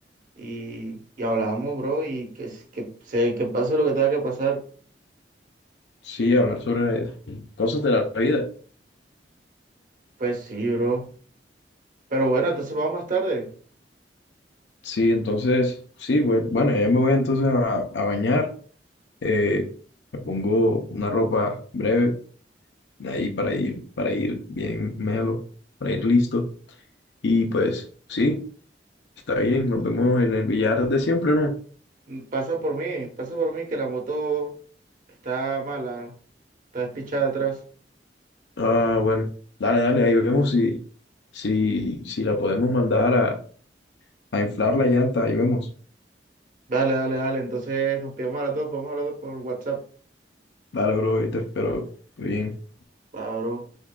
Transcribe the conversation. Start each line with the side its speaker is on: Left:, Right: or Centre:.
Right: y, y hablamos, bro, y que, s- que, se, que pase lo que tenga que pasar.
Left: Sí, hablar sobre cosas de la vida.
Right: Pues sí, bro. Pero bueno, entonces vamos más tarde.
Left: Sí, entonces, sí, pues, bueno, ya me voy entonces a, a bañar. eh, me pongo una ropa breve ahí para ir, para ir bien melo, para ir listo. Y pues sí, está bien, nos vemos en el billar de siempre, ¿no?
Right: Mm, Pasa por mí, pasa por mí que la moto está mala, está despichada atrás.
Left: Ah, bueno, dale, dale, ahí vemos si, si, si la podemos mandar a, a inflar la llanta, ahí vemos.
Right: Dale, dale, dale. Entonces nos pillamos a las dos, vamos a hablar por WhatsApp.
Left: Dale, bro, ahí te espero. Estoy bien.
Right: Claro.